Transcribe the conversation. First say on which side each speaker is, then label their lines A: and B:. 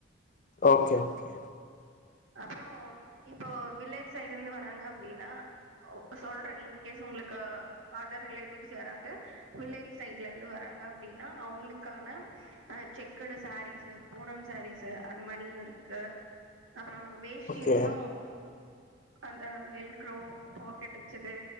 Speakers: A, on the left; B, on the right.
A: ஓகே ஓகே
B: அப்றோ இப்போ வில்லேஜ் சைடுந்து வராங்க அப்டின்னா ஒ சொல்றே இன்கேஸ் உங்ளுக்கு அதர் ரிலேட்டிவ்ஸ் யாராவ்து வில்லேஜ் சைட்லெந்து வராங்க அப்டின்னா அவுங்களுக்கான ஆ செக்குட் சாரீஸு பூனம் சாரீஸு அது மாரியு இருக்கு அப்றோ வேஷ்டீலயு
A: ஓகே
B: அந்த வெல் க்ரோ பாக்கெட் வச்சது